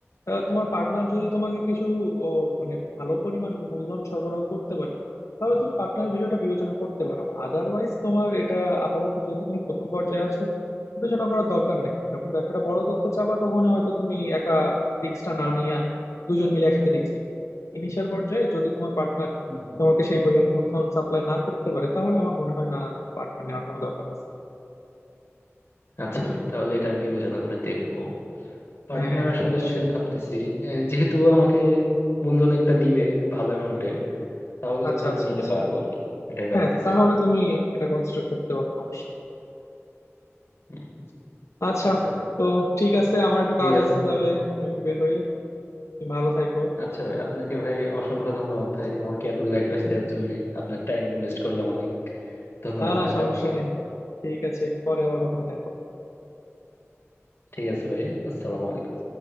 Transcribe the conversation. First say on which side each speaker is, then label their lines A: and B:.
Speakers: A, on the left; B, on the left.
A: আহ, তোমার পার্টনার যদি তোমাকে কিছু ও, মানে ভালো পরিমাণ মূলধন সরবরাহ করতে পারে তাহলে তুমি পার্টনার বিষয়টা বিবেচনা করতে পারো আদারওয়াইজ তোমার এটা আপাতত যেহেতু তুমি প্রথম পর্যায়ে আছো বিবেচনা করার দরকার নাই যখন ব্যবসাটা বড় করতে চাবা তখন হয়তো তুমি একা রিস্কটা না নিয়ে দুজন মিলে একসাথে রিস্ক নিবে ইনিশিয়াল পর্যায়ে যদি তোমার পার্টনার
B: হুম, হুম।
A: তোমাকে সেই পরিমাণ মূলধন সাপ্লাই না করতে পারে তাহলে আমার মনে হয় না পার্টনার নেওয়ার কোনো দরকার আছে
B: আচ্ছা ভাই তাহলে এটা আমি বিবেচনা করে দেখবো পার্টনার
A: হ্যাঁ হ্যাঁ হ্যাঁ,
B: আসলে
A: নিশ্চয়ই
B: ভাবতেছি আহ, যেহেতু আমাকে মূলধন একটা দিবে ভালো অ্যামাউন্টে তাহলে
A: আচ্ছা
B: হয়তো আমি
A: আচ্ছা
B: নিতে
A: আচ্ছা
B: পারবো আর কি এটাই
A: হ্যাঁ
B: ভাবতেছি
A: তাহলে
B: আমি
A: তুমি এটা কনসিডার করতে পারো সমস্যা না।
B: হুম।
A: আচ্ছা
B: আচ্ছা ভাই
A: তো ঠিক আছে আমার একটু
B: ঠিক
A: কাজ
B: আছে
A: আছে
B: ভাই
A: তাহলে আমি একটু বের হই তুমি ভালো থাকো
B: আচ্ছা ভাই আপনাকে ভাই অসংখ্য ধন্যবাদ ভাই আমাকে এতগুলো অ্যাডভাইস দেওয়ার জন্য আপনার টাইম ওয়েস্ট করলাম অনেক ধন্যবাদ
A: না না
B: অনেক
A: সমস্যা
B: আপনাকে
A: নাই ঠিক আছে পরে আবার কখনো দেখা হবে।
B: ঠিক আছে ভাই আসসালামু আলাইকুম